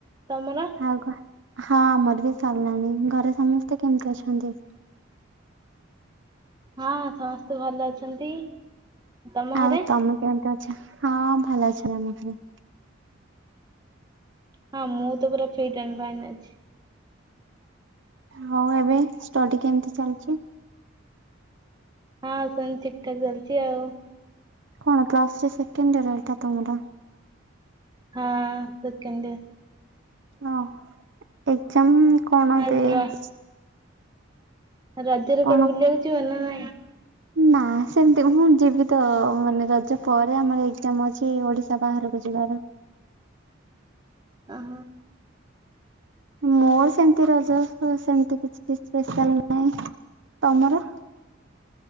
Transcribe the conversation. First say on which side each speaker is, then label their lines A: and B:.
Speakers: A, on the right; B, on the right.
A: ତମର?
B: ଆଉ କଣ ଆମର ବି ସରିଲାଣି ଘରେ ସମସ୍ତେ କେମିତି ଅଛନ୍ତି?
A: ହଁ ସମସ୍ତେ ଭଲ ଅଛନ୍ତି। ତମ
B: ଆଉ
A: ଘରେ?
B: ତମେ କେମିତି ଅଛ ହଁ ଭଲ ଅଛନ୍ତି ଆମ ଘରେ।
A: ହଁ ମୁଁ ତ ପୁରା ଫିଟ ଆଣ୍ଡ ଫାଇନ୍ ଅଛି।
B: ହଉ ଏବେ ଷ୍ଟଡି କେମତି ଚାଲିଚି?
A: ହଁ ସେନ୍ତ ଠିକ୍ ଠାକ୍ ଚାଲିଛି ଆଉ
B: କଣ ପ୍ଲସ ଥ୍ରୀ ସେକେଣ୍ଡ ଇୟର୍ ଏଟା ତମର?
A: ହଁ ସେକେଣ୍ଡ ଇୟର।
B: ହ ଏକ୍ଜାମ କଣ ଏବେ
A: ଆଉ ର
B: ଆସି
A: ରଜରେ
B: କଣ
A: କୁଆଡ଼େ ବୁଲିବାକୁ ଯିବ ନା ନାଇଁ?
B: ନା ସେମିତି ମୁଁ ଯିବି ତ ଅ ମାନେ ରଜ ପରେ ଆମର ଏକଜାମ ଅଛି ଓଡିଶ ବାହାରକୁ ଯିବାର
A: ଅହ
B: ମୋର ସେମିତି ରଜ ସେମତି କିଛି, କିଛି ନାଇଁ ତମର? <unintelligible>